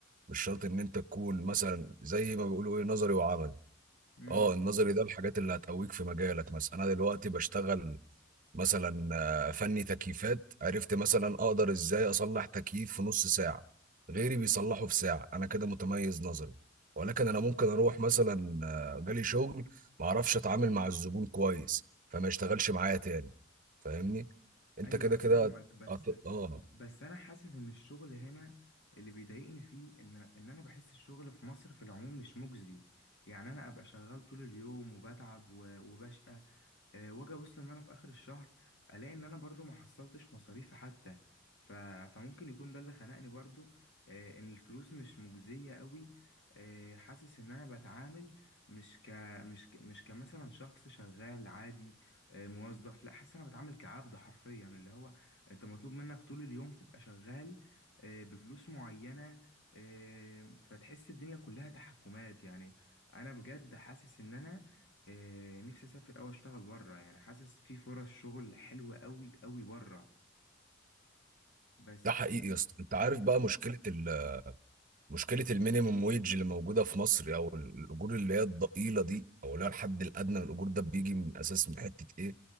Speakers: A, on the right; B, on the left.
A: مش شرط ان انت تكون مثلا زي ما بيقولوا ايه نظري وعملي
B: امم
A: اه النظري ده الحاجات اللي هتقويك في مجالك مثلا انا دلوقتي بشتغل مثلا آه، فني تكييفات عرفت مثلا اقدر ازاي اصلح تكييف في نص ساعة غيري بيصلحه في ساعة انا كده متميز نظري ولكن انا ممكن اروح مثلا آه، جالي شغل ما اعرفش اتعامل مع الزبون كويس فما يشتغلش معايا تاني فاهمني انت
B: ايوه
A: كده
B: انا
A: كده
B: فاهمك
A: هت-
B: بس
A: هت- اه
B: بس انا حاسس ان الشغل هنا اللي بيضايقني فيه ان ان انا بحس الشغل في مصر في العموم مش مجزي يعني انا ابقى شغال طول اليوم وبتعب و- وبشقى آه، واجي ابص ان انا في اخر الشهر الاقي ان انا برضو ما حصلتش مصاريفي حتى ف... فممكن يكون ده اللي خنقني برضو آه، ان الفلوس مش مجزية قوي آه، حاسس ان انا بتعامل مش ك مش ك... مش كمثلا شخص شغال عادي آه، موظف لا حاسس إن انا بتعامل كعبد حرفيا اللي هو انت مطلوب منك طول اليوم تبقى شغال آه، بفلوس معينة آه، فتحس الدنيا كلها تحكمات يعني انا بجد حاسس ان انا آه، نفسي اسافر او اشتغل بره يعني حاسس في فرص شغل حلوه قوي قوي بره بس
A: ده حقيقي يا اسطى انت عارف
B: امم
A: بقى مشكلة ال مشكلة المينيموم ويج اللي موجودة في مصر أو الأجور اللي هي الضئيلة دي أو اللي هي الحد الأدنى للأجور ده بيجي من أساس من حتة إيه؟